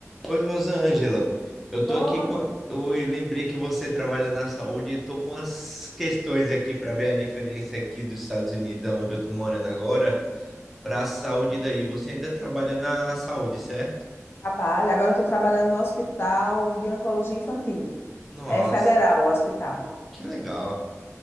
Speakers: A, in the centre; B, on the left.
A: Oi, Rosângela. Eu tô
B: Oi.
A: aqui com. a- Oi, lembrei que você trabalha na saúde e tô com as questões aqui para ver a diferença aqui dos Estados Unidos, onde eu tô morando agora, para a saúde daí. Você ainda trabalha na saúde, certo?
B: Trabalho. Agora eu estou trabalhando no Hospital de Oncologia Infantil.
A: Nossa,
B: É federal o hospital.
A: que legal.